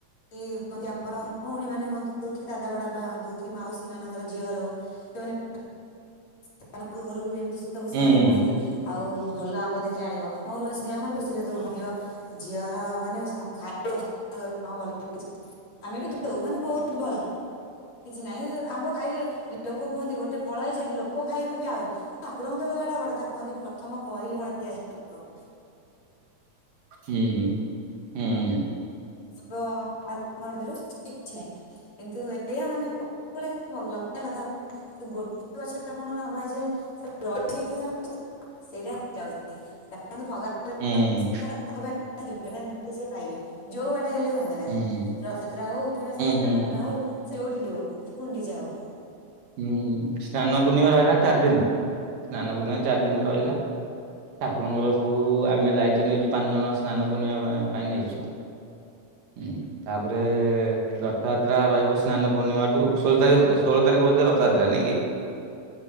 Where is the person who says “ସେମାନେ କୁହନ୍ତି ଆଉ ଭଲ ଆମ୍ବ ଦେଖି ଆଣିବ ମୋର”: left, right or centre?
Left